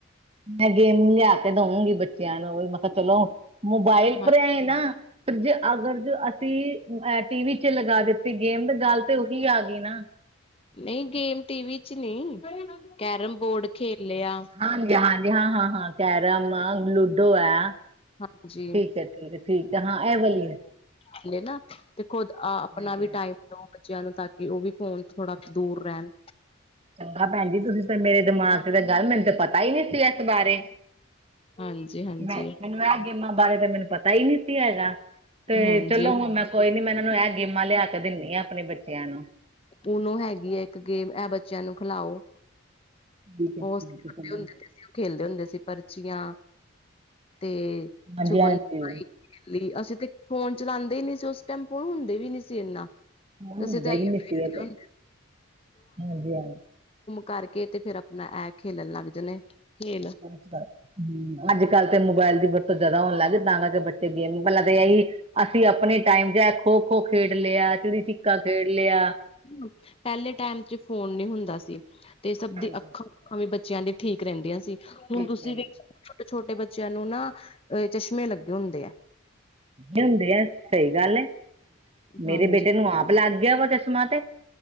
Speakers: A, on the right; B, on the left.
A: ਮੈਂ, ਗੇਮ ਲਿਆ ਕੇ ਦੇਵਾਗੀ ਬੱਚਿਆਂ ਨੂੰ, ਮਤਲਬ ਚਲੋ ਮੋਬਾਈਲ,
B: ਹਾਂਜੀ,
A: ਪਰੇ ਨ ਜੇ ਅਗਰ ਜੋ, ਅਸੀਂ ਟੀਵੀ ਚ ਲਗਾ ਦਿੱਤੀ ਗੇਮ, ਦੀ ਗੱਲ ਤੇ ਉਹੀ ਆ ਗਈ ਨਾ
B: ਨਹੀਂ, ਗੇਮ ਟੀਵੀ ਚ ਨੀ, ਕੈਰਮ ਬੋਰਡ, ਖੇਲ ਲਿਆ।
A: ਹਾਂਜੀ -ਹਾਂਜੀ ਹਾਂ -ਹਾਂ ਹਾਂਜੀ। ਕੈਰਮਮਾਲ ਲੂਡੋ ਹੈ,
B: ਹਾਂਜੀ,
A: ਠੀਕ ਹੈ -ਠੀਕ ਹੈ ਠੀਕ ਹੈ, ਐਹੋਹੈ
B: ਹਾਂਲੇ ਨਾ, ਤੇ ਖੁਦ ਆਪਣਾ
A: ਹਾਂਜੀ
B: ਵੀ
A: ਹਾਂਜੀ।
B: ਟਾਈਮ ਦਓ ਬੱਚਿਆਂ ਨੂੰ, ਤਾਂ ਕਿ ਉਹ ਵੀ, ਫੋਨ ਥੋੜਾ ਦੂਰ ਰਹਿਣ?
A: ਚੰਗਾ ਭੈਣ ਜੀ, ਤੁਸੀਂ ਤਾਂ ਮੇਰੇ ਦਿਮਾਗ ਚ ਤਾਂ ਗੱਲ, ਮੈਨੂੰ ਤਾਂ ਪਤਾ ਹੀ ਨਹੀਂ ਸੀ ਇਸ ਬਾਰੇ
B: ਹਾਂਜੀ, ਹਾਂਜੀ,
A: ਮੈਂ ਮੈਨੂੰ, ਇਹ ਗੇਮਾਂ ਬਾਰੇ ਤਾਂ, ਮੈਨੂੰ ਪਤਾ ਹੀ ਨਹੀਂ ਸੀ ਹੈਗਾ। ਤੇ
B: ਹਾਂਜੀ।
A: ਚਲੋ ਹੁਣ ਮੈਂ, ਕੋਈ ਨੀ ਮੈਂ ਇਹਨਾਂ ਨੂੰ ਇਹ ਗੇਮਾਂ ਲਿਆ ਕੇ ਦਿੰਦੀ ਆ, ਆਪਣੇ ਬੱਚਿਆਂ ਨੂੰ
B: ਪੋਨੋ ਹੈਗੀ ਹੈ ਇੱਕ ਗੇਮ, ਐ ਬੱਚਿਆਂ ਨੂੰ ਖਿਲਾਓ?
A: ਠੀਕ ਹੈ
B: ਛੋਟੇ
A: ਠੀਕ ਹੈ ਚਲੋ
B: ਹੁੰਦੇ ਸੀ, ਉਹ ਖੇਲਦੇ ਹੁੰਦੇ ਅਸੀ, ਪਰਚੀਆਂ ਤੇ
A: ਹਾਂਜੀ-ਹਾਂਜੀ,
B: ਛੁਪਨ, ਸਿਪਾਈ ਅਸੀਂ ਤੇ, ਫੋਨ ਚਲਾਉਂਦੇ ਹੀ ਨਹੀਂ ਸੀ, ਉਸ ਟਾਈਮ ਫੋਨ ਹੁੰਦੇ ਵੀ ਨੀ ਸੀ, ਇਨਾ
A: ਹੁਣ ਹੁੰਦਾ
B: ਅਸੀਂ ਤੇ ਆਈਓ
A: ਵੀ ਨੀ ਸੀ
B: <unintelligible>
A: ਇਹ ਤਾਂ,
B: ਘੁੰਮ
A: ਹਾਂਜੀ-ਹਾਂਜੀ।
B: ਕਰਕੇ, ਤੇ ਫੇਰ ਆਪਣਾ ਐ ਖੇਲਣ ਲੱਗ ਜਾਣੇ ਖੇਲ
A: ਹਮ, ਅੱਜ -ਕੱਲ ਤੇ ਮੋਬਾਇਲ ਦੀ ਵਰਤੋਂ ਜਿਆਦਾ ਹੋਣ ਲੱਗ ਗਈ, ਤਾਂ ਕਰਕੇ ਬੱਚੇ ਗੇਮ ਪਹਿਲਾਂ ਤਾਂ ਇਹੀ ਅਸੀਂ, ਆਪਣੇ ਟਾਈਮ ਚ, ਖੋ -ਖੋ, ਖੇਡ ਲਿਆ ਚਿੜੀ ਚਿੱਕਾ, ਖੇਡ ਲਿਆ।
B: ਹ, ਪਹਿਲੇ ਟਾਈਮ ਚ ਫੋਨ ਨੀ ਹੁੰਦਾ ਸੀ, ਤੇ ਸਭ
A: ਹਾਂਜੀ,
B: ਦੀ ਅੱਖਾਂ ਭਾਵੇਂ ਬੱਚਿਆਂ ਦੀ, ਠੀਕ ਰਹਿੰਦੀਆਂ ਸੀ,
A: ਠੀਕ
B: ਹੁਣ ਤੁਸੀਂ
A: ਰਹਿੰਦਾ।
B: ਵਖ ਛੋਟੇ -ਛੋਟੇ ਬੱਚਿਆਂ ਨੂੰ ਨਾ ਅ ਚਸ਼ਮੇ, ਲੱਗੇ ਹੁੰਦੇ ਆ?
A: ਹੁੰਦੇ ਆ ਸਹੀ, ਗੱਲ ਏ। ਮੇਰੇ
B: ਹਾਂਜੀ
A: ਬੇਟੇ ਨੂੰ, ਆਪ ਲੱਗ ਗਿਆ ਵਾ ਚਸ਼ਮਾ ਤੇ,